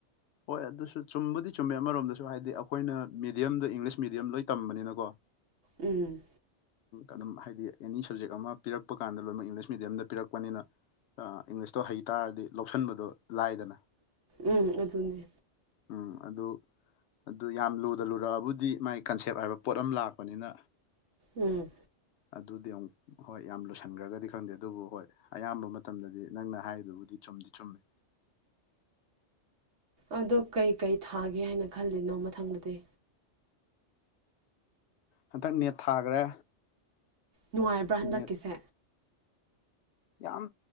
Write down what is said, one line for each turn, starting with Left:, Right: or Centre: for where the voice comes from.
Left: ꯍꯣꯏ ꯑꯗꯨꯁꯨ ꯆꯨꯝꯕꯨꯗꯤ ꯆꯨꯝꯃꯦ ꯑꯃꯔꯣꯝꯗꯁꯨ ꯍꯥꯏꯗꯤ ꯑꯩꯈꯣꯏꯅ ꯃꯤꯦꯗꯤꯌꯝꯗꯣ ꯏꯪꯂꯤꯁ ꯃꯦꯗꯤꯌꯝ ꯂꯣꯏ ꯇꯝꯕꯅꯤꯅꯀꯣ
Right: ꯎꯝ
Left: ꯑꯗꯨꯝ ꯍꯥꯏꯗꯤ ꯑꯦꯅꯤ ꯁꯞꯖꯦꯛ ꯑꯃ ꯄꯤꯔꯛꯄ ꯀꯥꯟꯗ ꯂꯣꯏꯅꯃꯛ ꯏꯪꯂꯤꯁ ꯃꯦꯗꯤꯌꯝꯗ ꯄꯤꯔꯛꯄꯅꯤꯅ ꯏꯪꯂꯤꯁꯇꯣ ꯍꯩꯇꯥꯥꯔꯗꯤ ꯂꯧꯁꯤꯟꯕꯗꯣ ꯂꯥꯏꯗꯅ
Right: ꯎꯝ ꯑꯗꯨꯅꯦ
Left: ꯎꯝ ꯑꯗꯨ ꯑꯗꯨ ꯌꯥꯝ ꯂꯨꯗ ꯂꯨꯔꯛꯑꯕꯨꯗꯤ ꯃꯥꯏ ꯀꯟꯁꯦꯞ ꯍꯥꯏꯕ ꯄꯣꯠ ꯑꯃ ꯂꯥꯛꯄꯅꯤꯅ
Right: ꯎꯝ
Left: ꯑꯗꯨꯗꯤ ꯑꯃꯨꯛ ꯍꯣꯏ ꯌꯥꯝ ꯂꯣꯏꯁꯤꯟꯈ꯭ꯔꯒꯗꯤ ꯈꯪꯗꯦ ꯑꯗꯨꯕꯨ ꯍꯣꯏ ꯑꯌꯥꯝꯕ ꯃꯇꯝꯗꯗꯤ ꯅꯪꯅ ꯍꯥꯏꯗꯨꯕꯨꯗꯤ ꯆꯨꯝꯗꯤ ꯆꯨꯝꯃꯦ
Right: ꯑꯗꯣ ꯀꯩꯀꯩ ꯊꯥꯒꯦ ꯍꯥꯏꯅ ꯈꯜꯂꯤꯅꯣ ꯃꯊꯪꯗꯗꯤ
Left: ꯍꯟꯗꯛ ꯅꯦꯠ ꯊꯥꯈ꯭ꯔꯦ꯫
Right: ꯅꯨꯡꯉꯥꯏꯕ꯭ꯔꯥ ꯍꯟꯗꯛꯀꯤꯁꯦ꯫
Left: ꯅꯦꯠ ꯌꯥꯝ